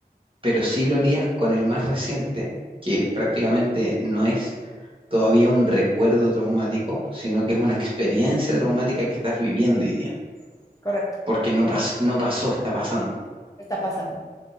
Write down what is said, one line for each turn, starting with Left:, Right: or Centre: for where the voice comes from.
Right: pero sí lo harías con el más reciente, que prácticamente no es todavía un recuerdo traumático, sino que es una experiencia traumática que estás viviendo hoy día,
Left: Correcto.
Right: porque no pas- no pasó, está pasando.
Left: Me está pasando.